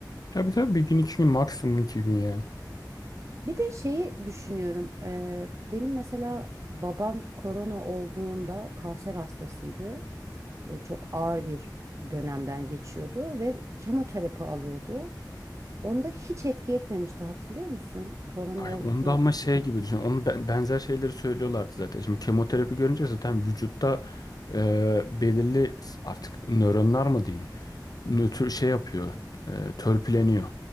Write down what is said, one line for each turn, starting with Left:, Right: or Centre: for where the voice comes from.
Left: Tabii tabii bir gün iki gün maksimum iki gün yani.
Right: Bir de şeyi düşünüyorum. eee, benim mesela babam korona olduğunda kanser hastasıydı. E, çok ağır bir dönemden geçiyordu ve kemoterapi alıyordu. Onda hiç etki etmemişti hatırlıyor musun? Korona
Left: Ay
Right: oldu
Left: onda ama şey gibi düşün. Onun ben- benzer şeyleri söylüyorlardı zaten. Şimdi kemoterapi görünce zaten vücutta e, belirli artık nöronlar mı diyeyim? nötr şey yapıyor, e, törpüleniyor.